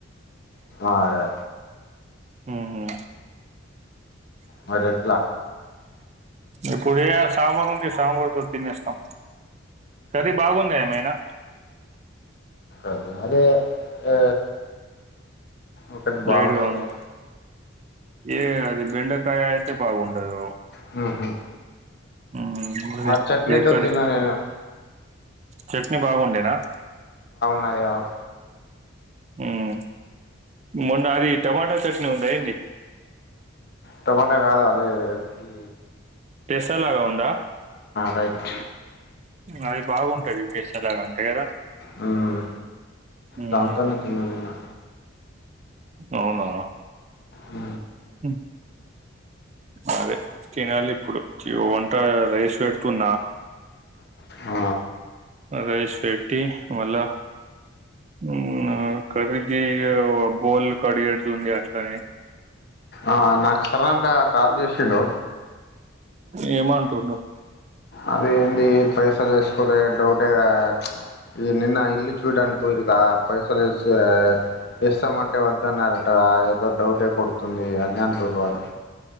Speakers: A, on the left; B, on the right.
A: ఆ అదే
B: హ్మ్ హు
A: మరి ఎట్లా
B: ఇప్పుడు ఏ సాంబార్ ఉంటె సాంబార్తో తినేస్తాం కర్రి బాగుంద ఎమైనా
A: అదే అదే ఎ ఒకటి బాగుంటదా
B: లైట్ గా ఉంది ఏ అది బెండకాయ అయితే బాగుండదు
A: హ్మ్ హు
B: మ్మ్ అది
A: ఆ చట్నీ
B: ఏ
A: తో
B: కర్రీ
A: తిన్న లేను
B: చట్నీ బాగుండేనా
A: నాది ఆవ్
B: మ్మ్ మొన్న అది టమాటా చట్నీ ఉందా ఏంది
A: టమాటా కాదు అదే దేది
B: టెసల్లగా ఉందా
A: రైట్
B: అది బాగుంటది టెశలాగా అంటే కదా
A: మ్మ్
B: ఉమ్
A: దాంతోనే తిన్నా
B: అవునా
A: మ్
B: మ్మ్ అదే తినాలి ఇప్పుడు ఇప్ వంట రైస్ పెడుతున్నా
A: ఆ
B: అ రైస్ పెట్టి మళ్ళ మ్మ్ కర్రీకి బోల్ కడిగేటిదుంది అట్లనే
A: ఆ నాక్ సరంగా కాల్ చేసిండు
B: ఏమంటుండూ
A: అదేంటి పైసలేసుకోలే డౌటే కదా ఈ నిన్న ఇల్లు చూడడానికి పొయ్యిరు గా పైసలు ఏసె ఎస్సాం అంటే వద్దన్నారట ఏదో డౌటే కొడుతుంది అని అంటుండు వాడు